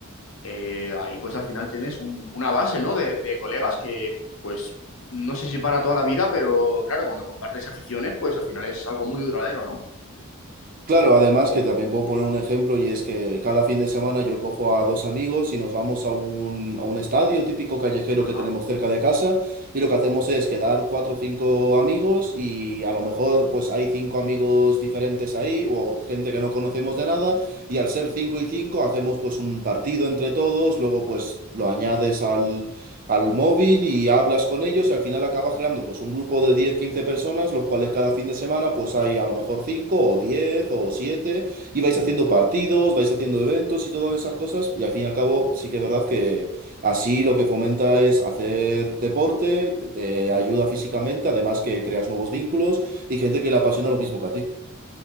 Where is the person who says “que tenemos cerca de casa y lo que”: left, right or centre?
Right